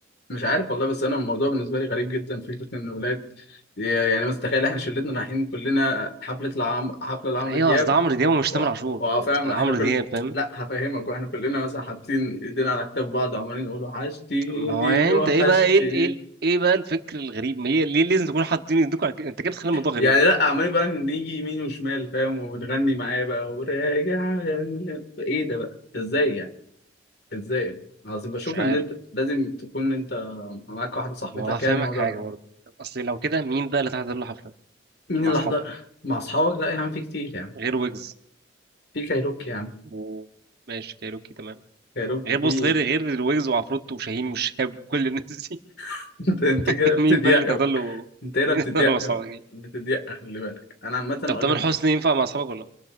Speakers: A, on the left; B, on the right.
A: مش عارف والله بس انا الموضوع بالنسبه لي غريب جدا فكره ان ولاد يعني مثلا تخيل احنا شلتنا رايحين كلنا حفله العم حفله لعمرو
B: ايوه
A: دياب
B: قصد عمرو دياب ومش
A: و-
B: تامر عاشور
A: وفاهم
B: عمرو
A: احنا كل
B: دياب فاهم
A: لا هفهمك واحنا كلنا مثلا حاطين ايدينا على كتاف بعض وعمالين نقول وحشتيني
B: ما هو يعني انت
A: وحشتيني
B: ايه بقى ايه ال- ايه ال- ايه بقى الفكر الغريب ما هي ليه لازم تكون حاطين ايديك على كده؟ انت كده بتخلي الموضوع
A: يعني
B: غريب
A: لا عمالين بقى نيجي يمين وشمال فاهم وبتغني معايا بقى وراجع ايه ده بقى ازاي يعني ازاي قصدي بشوف
B: مش عارف
A: ان انت لازم تكون انت معاك واحده صاحبتك
B: ما هو هفهمك
A: يعني الموضوع
B: حاجه
A: ده
B: برضه اصل لو كده مين بقى اللي هتحضر له حفله
A: مين
B: مع
A: اللي
B: اصحابك
A: حضر مع اصحابك لا يا عم في كتير يعني
B: غير ويجز
A: في كايروكي يا عم
B: وماشي كايروكي تمام
A: كايروكي
B: غير بص غير
A: في
B: غير الويجز وعفروتو وشاهين والشهاب وكل الناس دي
A: <laughs> انت انت
B: <laughs>
A: كده بتضيق
B: مين بقى اللي تحصل له
A: انت هنا
B: مين
A: بتضيق
B: اللي تحصل مع اصحابك دي
A: بتضيق خلي بالك انا عامه اقول
B: طب تامر
A: لك
B: حسني ينفع مع اصحابك ولا لا؟